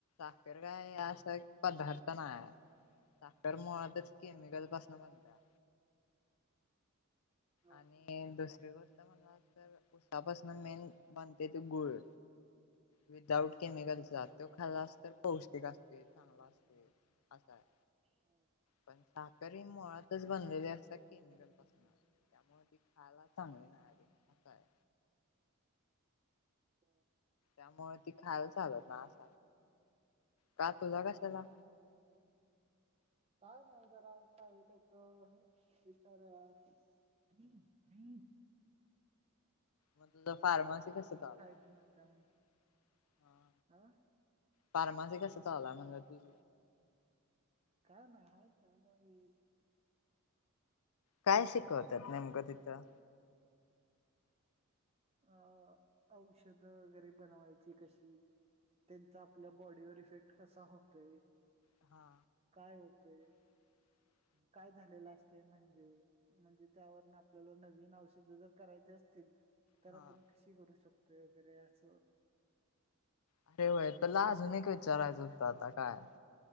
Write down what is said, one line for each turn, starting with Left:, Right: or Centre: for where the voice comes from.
Left: अकरर <unintelligible> काय पदार्थ नाही साखर मुळातच केमिकल पासन बनत्या
Right: हा हा,
Left: आणि दुसरी गोष्ट म्हणला तर उसापासून मेन बनतय ते गुळ विदाउट केमिकलचा तो खाल्ला अस तर पौष्टिक असते चांगला असते असा आहे
Right: हा,
Left: पण साखर ह मुळातच बनलेले असत्या केमिकल पासन त्यामुळे खरं चांगली
Right: हम्म
Left: नाही रे असंय
Right: हो
Left: त्यामुळे ती काय चालत ना अस का तुझा कशाला
Right: काय ना तरर आताल तर विचार क हा
Left: मग तुझ फार्मसी कस
Right: मी
Left: चालू
Right: खायच
Left: हाय
Right: नसत्या म्हण हा
Left: फार्मसी कसं चाललाय मंग तुझ
Right: का नाही आहे तेव्हा मी
Left: काय शिकवतात नेमकं तिथं
Right: अ औषध वगैरे बनवायची कशी त्यांचा आपल्या बॉडीवर इफेक्ट कसा होतय
Left: हा
Right: काय होतय
Left: <inaudible>
Right: काय झालेलं असत म्हणजे म्हणजे त्यावरन आपल्याला नवीन औषध जर करायचे असतील तर
Left: हा
Right: आपण कशी करू शकतोय वगैरे असं
Left: अरे व्हय तला अजून एक विचारायचं होत आता काय